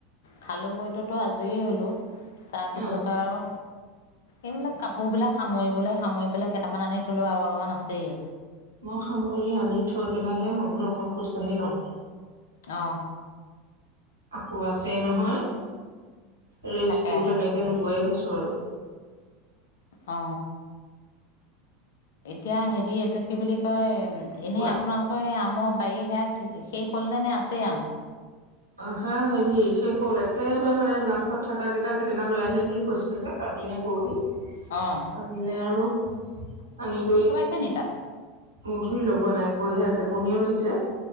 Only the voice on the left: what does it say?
খালোঁ বৈটোতো আজৰি হ'লোঁ। তাৰপিছত
আৰু এইবিলাক কাপোৰবিলাক সামৰিবলৈ সামৰি পেলাই কেইটামান আনি থ'লোঁ আৰু অলপমান আছেই।
অ।
তাকে
অ এতিয়া হেৰি এইটো কি বুলি কয় এনেই
আপোনালোকৰ সেই আমৰ বাৰী সেয়া শে শেষ হ'ল নে নাই আছেই আম?
অঁ
তেনেকা